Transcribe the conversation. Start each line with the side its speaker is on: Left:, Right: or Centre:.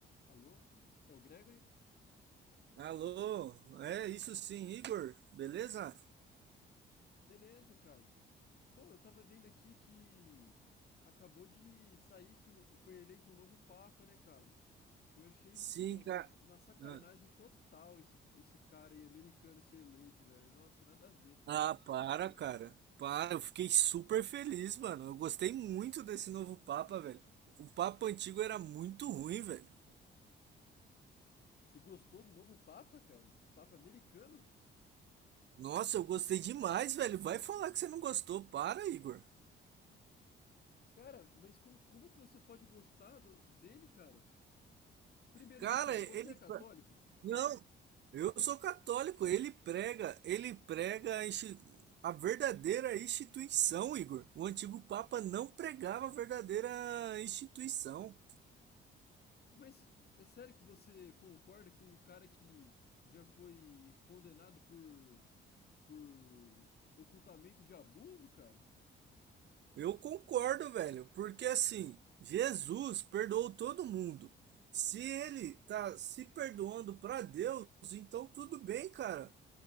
Left: Alô? É o Gregory?
Right: Alô, é isso sim, Igor, beleza?
Left: Beleza, cara. Pô, eu tava vendo aqui que acabou de sair que o- foi eleito um novo Papa, né, cara? Eu achei,
Right: Sim,
Left: pô, uma,
Right: cara.
Left: uma sacanagem
Right: Ah,
Left: total esse, esse cara aí americano ser eleito, velho. Nossa, nada a ver.
Right: ah, para, cara. Para, eu fiquei super feliz, mano. Eu gostei muito desse novo Papa, velho. O Papa antigo era muito ruim, velho.
Left: Você gostou do novo Papa, cara? O Papa americano?
Right: Nossa, eu gostei demais, velho. Vai falar que você não gostou. Para, Igor.
Left: Cara, mas como, como que você pode gostar do- dele, cara? Primeiro
Right: Cara,
Left: de tudo,
Right: ele.
Left: você é católico?
Right: Não, eu sou católico. Ele prega, ele prega a, insti- a verdadeira instituição, Igor. O antigo Papa não pregava a verdadeira instituição.
Left: Mas é sério que você concorda com um cara que já foi condenado por, por ocultamento de abuso, cara?
Right: Eu concordo, velho, porque assim, Jesus perdoou todo mundo. Se ele tá se perdoando pra Deus, então tudo bem, cara.